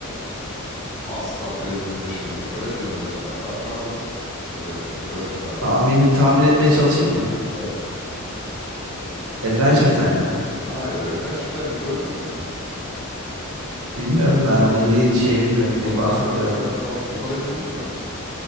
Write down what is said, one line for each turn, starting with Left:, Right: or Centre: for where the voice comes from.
Left: asla televizyonun başında Nickelodeon'un başından kalkmazdım. Özellikle Nickelodeon vardı
Right: Tahmin
Left: bizde.
Right: tahmin etmeye çalışayım mı?
Left: Evet.
Right: Adventure Time mı?
Left: Hayır, Adventure Time Nickelodeon'da mıydı?
Right: Bilmiyorum ben o dediğin şeyi bilmiyorum.
Left: O
Right: Bir
Left: Cartoon
Right: bahset
Left: Network'ta
Right: biraz.
Left: falan. Nickelodeon'u bilmiyor musun?